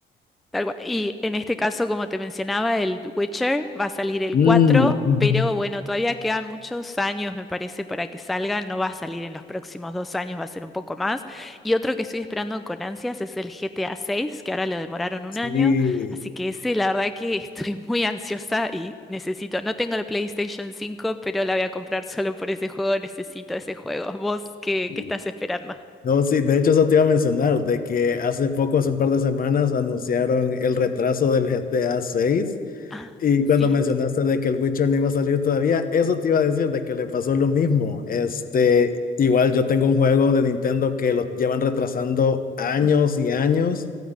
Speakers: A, in the centre; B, on the left.
A: Tal cual. Y en este caso, como te mencionaba, el Witcher va a salir el
B: Mm,
A: cuatro
B: ujú.
A: pero bueno, todavía quedan muchos años, me parece, para que salga. No va a salir en los próximos dos años, va a ser un poco más. Y otro que estoy esperando con ansias es el GTA 6, que ahora lo demoraron un
B: Sí.
A: año. Así que ese, la verdad que <laughs> estoy muy ansiosa y necesito. No tengo la PlayStation cinco pero la voy a comprar solo por ese juego. Necesito ese juego. ¿Vos qué,
B: sí.
A: qué estás esperando?
B: No, sí, de hecho eso te iba a mencionar, de que hace poco, hace un par de semanas, anunciaron el retraso del GTA seis.
A: Ah,
B: Y cuando
A: sí.
B: mencionaste de que el Witcher no iba a salir todavía, eso te iba a decir de que le pasó lo mismo. Este, igual yo tengo un juego de Nintendo que lo llevan retrasando años
A: <laughs>
B: y años,